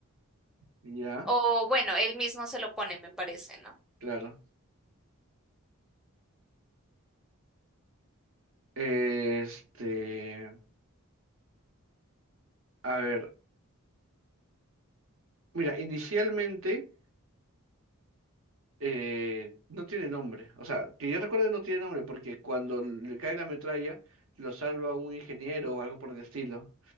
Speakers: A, on the right; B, in the centre.
A: ya,
B: O bueno, él mismo se lo pone, me parece, ¿no?
A: claro. Este. A ver, mira, inicialmente eh, no tiene nombre. O sea, que yo recuerde no tiene nombre porque cuando le cae la metralla lo salva un ingeniero o algo por el estilo.